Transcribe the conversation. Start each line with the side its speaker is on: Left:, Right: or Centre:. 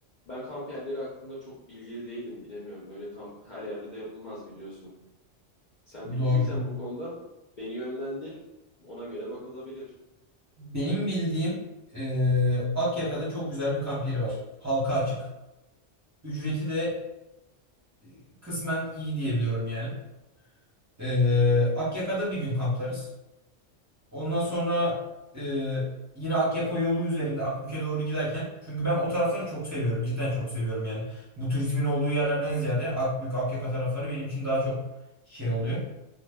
Left: ben kamp yerleri hakkında çok bilgili değilim bilemiyorum. Öyle kamp her yerde de yapılmaz biliyorsun. Sen bilgiliysen
Right: Doğru çok.
Left: bu konuda beni yönlendir. Ona göre bakılabilir.
Right: Benim bildiğim eee Akyaka'da çok güzel bir kamp yeri var. Halka açık. Ücreti de e, kısmen iyi diyebiliyorum yani. Ee, Akyaka'da bir gün kamplarız. Ondan sonra e, yine Akyaka yolu üzerinde Akbük'e doğru giderken. Çünkü ben o tarafları çok seviyorum. Cidden çok seviyorum yani. Bu turizmin olduğu yerlerden ziyade Akbük, Akyaka tarafları benim için daha çok şey oluyor.